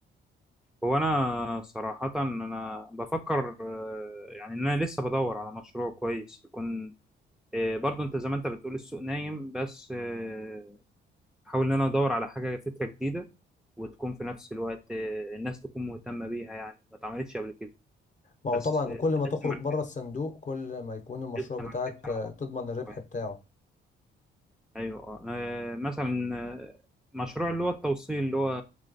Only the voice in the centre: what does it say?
هو أنا صراحة أنا بفكر آه، يعني إن أنا لسه بدور على مشروع كويس يكون آه، برضو انت زي ما انت بتقول السوق نايم بس آه، بحاول ان انا ادور على حاجه فكره جديده وتكون في نفس الوقت آه، الناس تكون مهتمه بيها يعني ما اتعملتش قبل كده
بس
آه،
لسه ما
لسه
ما ركزتش على
موضوع
ايوه آه. آه، مثلا آه، مشروع اللي هو التوصيل اللي هو